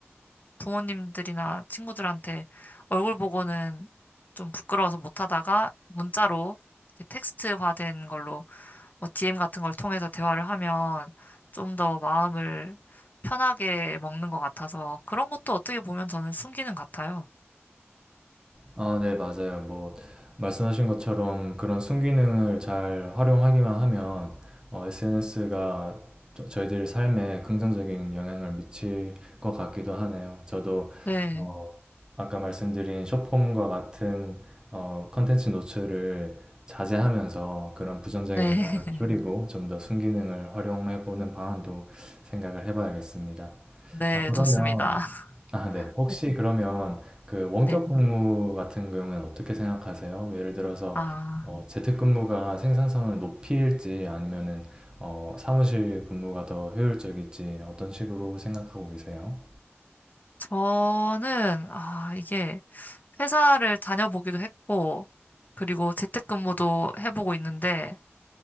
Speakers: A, on the left (about 40°); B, on the right (about 20°).
A: 부모님들이나 친구들한테 얼굴 보고는 좀 부끄러워서 못 하다가 문자로 텍스트화된 걸로 뭐 DM 같은 걸 통해서 대화를 하면 좀 더 마음을 편하게 먹는 것 같아서 그런 것도 어떻게 보면 저는 순기능 같아요.
B: 아, 네, 맞아요. 뭐, 말씀하신 것처럼 그런 순기능을 잘 활용하기만 하면 SNS가 저희들 삶에 긍정적인 영향을 미칠 것 같기도 하네요. 저도
A: 네,
B: 어, 아까 말씀드린 숏폼과 같은 어, 컨텐츠 노출을 자제하면서 그런 부정적인
A: 네,
B: 영향을
A: <laughs>
B: 줄이고 좀 더 순기능을 활용해 보는 방안도 생각을 해봐야겠습니다.
A: 네,
B: 아, 그러면
A: 좋습니다.
B: 아, 네.
A: <laughs>
B: 혹시
A: 네,
B: 그러면 그 원격
A: 네.
B: 근무 같은 경우에는 어떻게 생각하세요? 예를 들어서
A: 아,
B: 어, 재택근무가 생산성을 높일지 아니면은 어, 사무실 근무가 더 효율적일지 어떤 식으로 생각하고 계세요?
A: 저는, 아, 이게 회사를 다녀보기도 했고, 그리고 재택근무도 해보고 있는데,